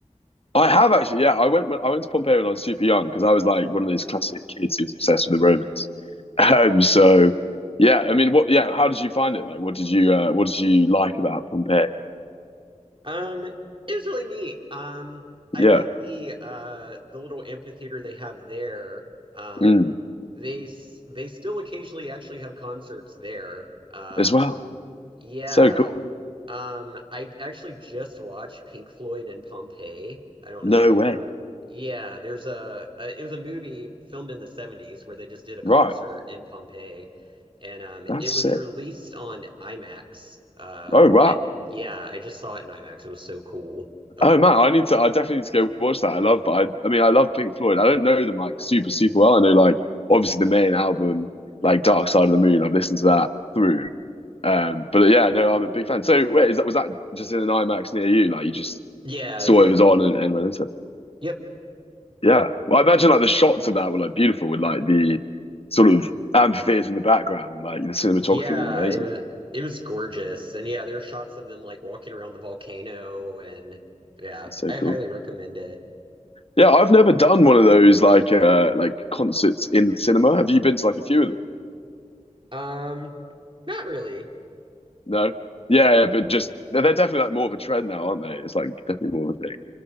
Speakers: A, on the left; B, on the right.
A: I have actually, yeah. I went I went to Pompeii when I was super young because I was like one of those classic kids who was obsessed with the Romans. <laughs> Um, so yeah, I mean, what? Yeah, how did you find it? Like, what did you uh, what did you like about Pompeii?
B: Um, it was really neat. Um, I
A: Yeah,
B: like the uh the little amphitheater they have there. Um,
A: mm,
B: they s- they still occasionally actually have concerts there. Uh,
A: as well.
B: yeah.
A: So cool.
B: Um, I actually just watched Pink Floyd and Pompeii. I don't
A: No
B: know if you're,
A: way.
B: yeah, there's a, a it was a movie filmed in the 70s where they just did a concert
A: Right,
B: in Pompeii and um
A: that's
B: it was
A: sick.
B: released on IMAX. Uh
A: Oh wow.
B: it- yeah, I just saw it in IMAX. It was so cool. Uh,
A: Oh man, I need to. I definitely need to go watch that. I love. I, I mean, I love Pink Floyd. I don't know them like super super well. I know like obviously the main album, like Dark Side of the Moon. I've listened to that through. Um, but yeah, no, I'm a big fan. So wait, is that was that just in an IMAX near you? Like you just
B: yeah,
A: saw
B: it was near
A: it was
B: me.
A: on and, and went into it.
B: Yep.
A: Yeah. Well, I imagine like the shots of that were like beautiful with like the sort of amphitheater in the background and like the cinematography
B: Yeah,
A: was amazing.
B: it was it was gorgeous. And yeah, there are shots of them like walking around the volcano and yeah,
A: It's so
B: I
A: cool.
B: highly recommend it.
A: Yeah, I've never done one of those like uh like concerts in the cinema. Have you been to like a few of them?
B: Um, not really.
A: No. Yeah,
B: No,
A: yeah, but just they're definitely like more of a trend now, aren't they? It's like definitely more of a thing.